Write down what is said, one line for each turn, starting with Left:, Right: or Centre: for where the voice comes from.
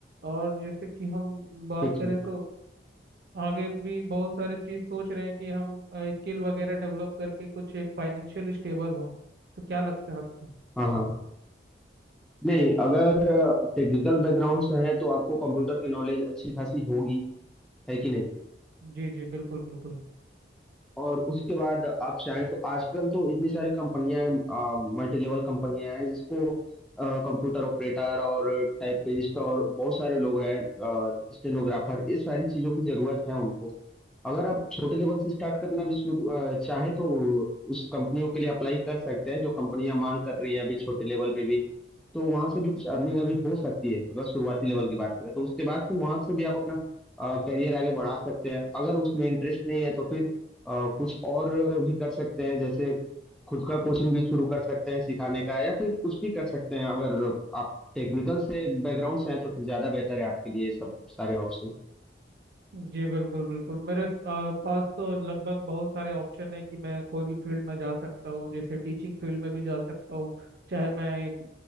Right: और जैसे कि हम बात
Centre: ठीक
Right: करें
Centre: ठीक
Right: तो आगे भी बहुत सारे चीज़ सोच रहे हैं कि हम स्किल वगैरह डेवलप करके कुछ एक फाइनेंशियल स्टेबल हो तो क्या लगता है आपको
Centre: हाँ हाँ नहीं अगर टेक्निकल बैकग्राउंड से है तो आपको कंप्यूटर की नॉलेज अच्छी खासी होगी है कि नहीं
Right: जी जी बिल्कुल बिल्कुल
Centre: और उसके बाद आप चाहें तो आजकल तो इतनी सारी कंपनियां हैं मल्टी लेवल कंपनियां हैं जिसको कंप्यूटर ऑपरेटर और टाइपिस्ट और बहुत सारे लोग हैं स्टेनोग्राफर ये सारी चीजों की जरूरत है उनको अगर आप छोटे लेवल से स्टार्ट करना भी शुरू अ, चाहें तो उस कंपनियों के लिए अप्लाई कर सकते हैं जो कंपनियां मांग कर रही हैं अभी छोटे लेवल पे भी तो वहां से भी कुछ अर्निंग अभी हो सकती है अगर शुरुआती लेवल की बात करें तो उसके बाद फिर वहां से भी आप अपना करियर आगे बढ़ा सकते हैं अगर उसमें इंटरेस्ट नहीं है तो फिर अ, कुछ और भी कर सकते हैं जैसे खुद का कोचिंग भी शुरू कर सकते हैं सिखाने का या फिर कुछ भी कर सकते हैं अगर आप टेक्निकल से बैकग्राउंड से हैं तो फिर ज़्यादा बेहतर है आपके लिए ये सब सारे ऑप्शन
Right: जी बिल्कुल बिल्कुल मेरे आ, पास तो लगभग बहुत सारे ऑप्शन है कि मैं कोई भी फील्ड में जा सकता हूँ जैसे टीचिंग फील्ड में भी जा सकता हूँ चाहे मैं एक